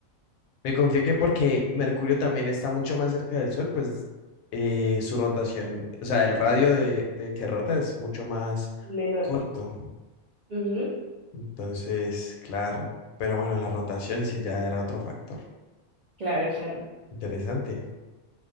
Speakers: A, on the left; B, on the right.
A: me confío que porque Mercurio también está mucho más cerca del Sol, pues eh, su rotación, o sea, el radio de, de que rota es mucho más
B: menor.
A: corto.
B: Ujú,
A: Entonces, claro. Pero bueno, la rotación sí ya era otro factor.
B: Claro, claro.
A: Interesante.